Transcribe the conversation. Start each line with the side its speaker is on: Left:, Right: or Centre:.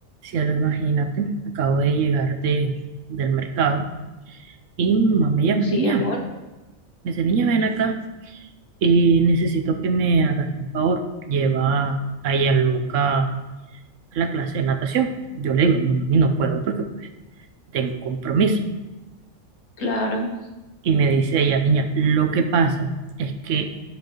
Right: Si ya lo imagínate, acabo de llegar de, del mercado y mi mamá me llama,
Left: Sí,
Right: niña,
Left: amor,
Right: me dice, niña, ven acá y necesito que me hagas un favor. Lleva a Luca a la clase de natación. Yo le digo, no, mami, no puedo porque tengo compromiso.
Left: claro.
Right: Y me dice ella, niña, lo que pasa es que